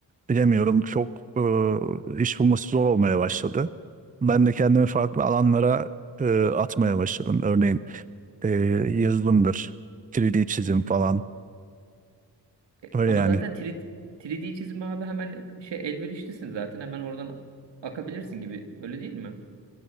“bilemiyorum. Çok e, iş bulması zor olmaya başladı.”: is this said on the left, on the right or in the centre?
Right